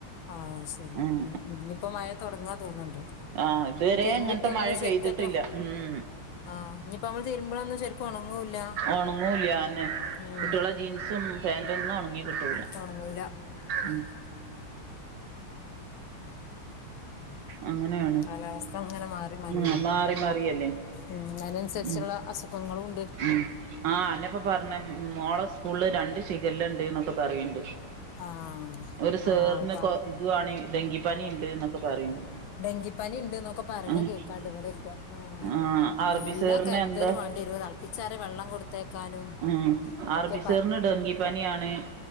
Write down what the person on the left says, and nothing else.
ആഹ് ശരി
മ് മ് ഞ്പ്പൊ മഴ തുൊടങ്ങാ തോന്ന്ണ്ട്
തിരുമ്പിട്ടൊന്നും
ശരിക്കറ്റ
ആഹ് ഇനിയിപ്പോ നമ്മള് തിരുമ്പളൊന്നും ശരിക്കും ഉണങ്ങൂല്ല
മ്
തുടങ്ങല <unintelligible>
കാലാവസ്ഥ അങ്ങനെ മാറി മാറില്ല
ഉം അതിനനുസരിച്ചുള്ള
അസുഖങ്ങളും ഉണ്ട്
ആഹ്
ആഹ് ഇപ്പ
ഡെങ്കിപ്പനി ഉണ്ട് എന്നൊക്കെ പറയണ
കേൾക്കാണ്ട് ഇവിടോക്കെ ആ
നല്ല
കരുതൽ
വണ്ടി വരും തിളപ്പിച്ചാറിയ വെള്ളം കൊടുത്തേക്കാനും
ഒക്കെ